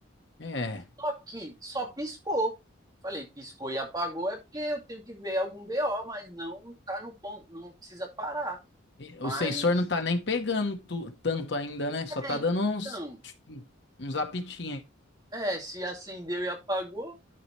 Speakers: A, on the left; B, on the right.
A: é.
B: Só que só piscou. Falei, piscou e apagou é porque eu tenho que ver algum BO, mas não tá no ponto, não precisa parar.
A: E
B: Mas,
A: O sensor não tá nem pegando tu- tanto ainda, né? Só tá
B: é,
A: dando uns,
B: então,
A: uns apitinhos.
B: é, se acendeu e apagou,